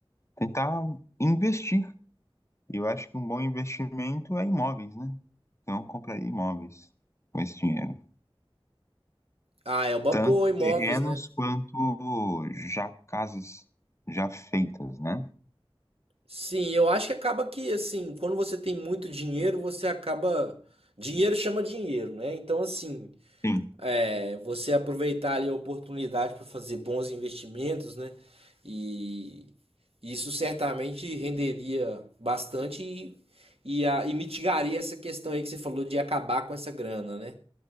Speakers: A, on the left; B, on the right.
A: Tentar investir. E eu acho que um bom investimento é imóveis, né? Então, eu compraria imóveis com esse dinheiro.
B: Ah, é uma
A: Tanto
B: boa, imóveis,
A: terrenos
B: né?
A: quanto já casas já feitas, né?
B: Sim, eu acho que acaba que, assim, quando você tem muito dinheiro, você acaba. Dinheiro chama dinheiro, né? Então, assim,
A: Sim,
B: é, você aproveitar ali a oportunidade para fazer bons investimentos, né? E isso certamente renderia bastante e, e, a- e mitigaria essa questão aí que você falou de acabar com essa grana, né?